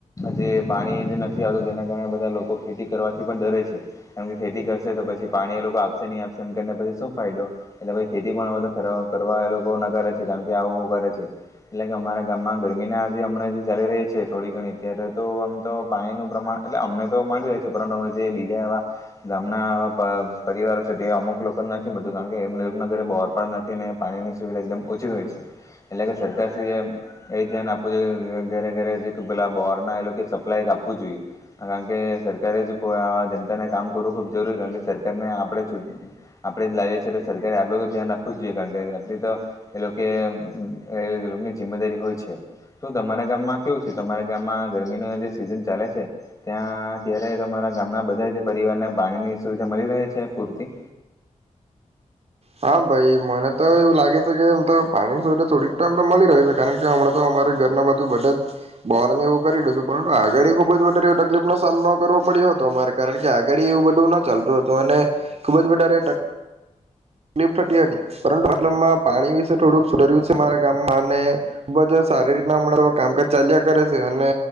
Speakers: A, on the left; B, on the right.
A: જે પાણી નથી આવતું તેના કારણે બધા લોક લોકો ખેતી કરવાથી પણ ડરે છે, કારણ કે ખેતી કરશે તો પછી પાણી એ લોકો આપશે નહીં આપશે એમ કરીને પછી શું ફાયદો, એટલે પછી ખેતી પણ હ તો ખ કરવા એ લોકો ના કરે છે કારણ કે આવું કરે છે, એટલે કે અમારા ગામમાં ગરમીના આજે હમણાં જે ચાલી રહી છે થોડી ઘણી અત્યારે તો આમ તો પાણીનું પ્રમાણ એટલે અમને પરુ જે બીજા એવા, ગામનાવા પરિવારો છે તે અમુક લોકોને નથી મળતું કારણ કે એમ લોકોના ઘરે બોર પણ નથી ને પાણીની સુવિધા એકદમ ઓછી હોય છે, એટલે કે સરકાર શ્રી એ ધ્યાન આપવું જોઈએ કે ઘરે ઘરે જે પેલા બોરના એ સપ્લાય આપવું જોઈએ, કારણ કે સરકારે જ આ જનતાને કામ કરવું ખુબ જરૂરી કારણ કે સરકારને આપણે, આપણે જ લાવીએ છીએ સરકારે આટલું તો ધ્યાન રાખવું જ જોઈએ કારણ કે આટલી તો, એ લોકોની જિમ્મેદારી હોય છે શું તમારા ગામમાં કેવું છે તમારા ગામમાં ગરમીનું જે સિઝન ચાલે છે? ત્યાં ત્યારે તમારા ગામના બધા જ પરિવારને પાણીની સુવિધા મળી રહે છે પૂરતી.
B: હા ભાઈ મને તો એવું લાગે છે કેમ તો પાણીની સુવિધા થોડીક એમ તો મળી રહે છે કારણ કે હમણા તો અમારે ઘરના બધું બધા, જ બોર ને એવું કરી દશું પરંતુ આગાડી ખુબ જ વધારે એવ તકલીફ નો સામનો કરવો પડ્યો હતો અમારે કારણ કે આગડી એવું બધું ન ચાલતું હતું અને, ખુબ જ વધારે તકલીફ થતી હતી, પરંતુ મતલબ પાણી વિશે થોડુંક સુધર્યું છે મારા ગામમાં અને, ખુબ જ સારી રીતના કામકાજ ચાલ્યા કરે છે અને,